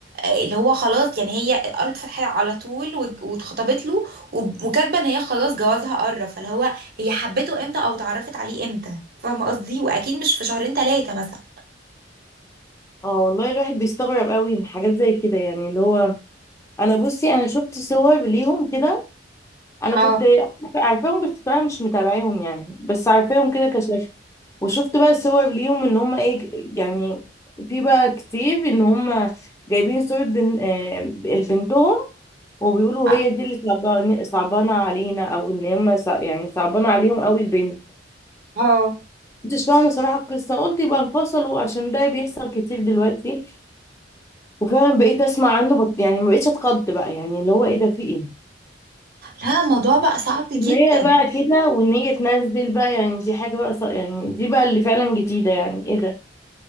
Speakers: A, on the right; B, on the left.
A: آه، اللي هو خلاص يعني هي قرت فتحية على طول و- واتخطبت له وب- وكاتبه ان هي خلاص جوازها قرب فاللي هو هي حبته امتى او اتعرفت عليه امتى فاهمة قصدي واكيد مش في شهرين ثلاثة مثلا
B: اه والله الواحد بيستغرب قوي من حاجات زي كده يعني اللي هو انا بصي انا شفت صور ليهم كده انا
A: اه
B: كنت عارفاهم بس طبعا مش متابعاهم يعني بس عارفاهم كده كشكل وشفت بقى صور ليهم ان هم ايه ج- يعني في بقى كتير ان هم جايبين صورة بن... آه، بنتهم وبيقولوا
A: اه
B: هي دي اللي صعبان- صعبانة علينا او ان هم صع- يعني صعبانة عليهم قوي البنت
A: آه.
B: كنتش فاهمة صراحة القصة قلت يبقى انفصلوا عشان ده بيحصل كتير دلوقتي وفعلا بقيت اسمع عنه بط... يعني ما بقتش اتخض بقى يعني اللي هو ايه ده في ايه
A: لا الموضوع بقى صعب جدا
B: ان هي بقى كده وان هي تنزل بقى يعني دي حاجة بقى ص... يعني دي بقى اللي فعلا جديدة يعني ايه ده